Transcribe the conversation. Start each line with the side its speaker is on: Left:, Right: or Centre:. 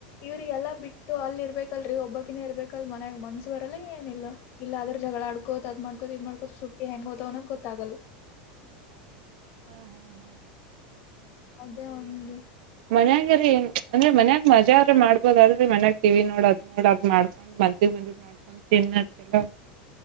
Left: ಇವ್ರಿಗೆಲ್ಲಾ ಬಿಟ್ಟು ಅಲ್ಲಿ ಇರ್ಬೇಕಲ್ರಿ ಒಬ್ಬಾಕಿನೇ ಇರ್ಬೇಕಲ್ ಮನ್ಯಾಗ ಮನ್ಸು ಬರಲ್ಲ ಏನಿಲ್ಲಾ ಇಲ್ಲ ಅದ್ರ ಜಗಳ ಆಡ್ಕೋತ ಅದ್ ಮಾಡ್ಕೊತ ಇದ್ ಮಾಡ್ಕೋತ ಸುಟ್ಟಿ ಹೆಂಗ್ ಹೋತವನ್ನದ್ ಗೊತ್ತಾಗಲ್
Right: ಹ್ಮ್ ಹ್ಮ್ ಹ್ಮ್
Left: ಅದೇ ಒಂದು
Right: ಮನ್ಯಾಗರಿ ಅಂದ್ರೆ ಮನ್ಯಾಗ ಮಜಾ ಅರ ಮಾಡ್ಬೋದಲ್ರಿ ಮನ್ಯಾಗ ಟಿವಿ ನೋಡ್ ಅದ್ ನೋಡ್ ಅದ್ ಮಾಡ್ಕೊಂಡ್ ಮನ್ಸಿಗ್ ಬಂದಿದ್ ಮಾಡ್ಕೊಂಡ್ ತಿನ್ನದ್ ಕೆಲ